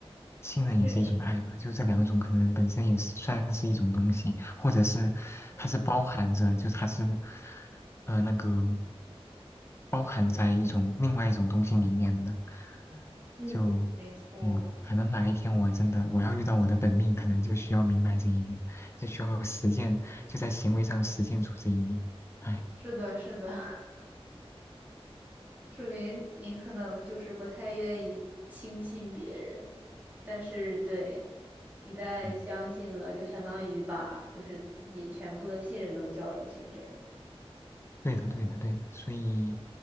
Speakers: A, on the left; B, on the right.
A: 信任也是一种爱吧，
B: 确实，
A: 就这两种可能本身也是算是一种东西，或者是它是包含着，就它是呃那个包含在一种另外一种东西里面的，
B: 嗯，
A: 就
B: 没错。
A: 嗯，可能哪一天我真的我要遇到我的本命，可能就需要明白这一点，就需要实践，就在行为上实践出这一点。哎，
B: 是的，是的。<laughs> 说明你可能就是不太愿意轻信别人，但是对，一旦相信了，
A: 对，
B: 就相当于把就是自己全部的信任都交出去，这样。
A: 对的，对的，对的，所以。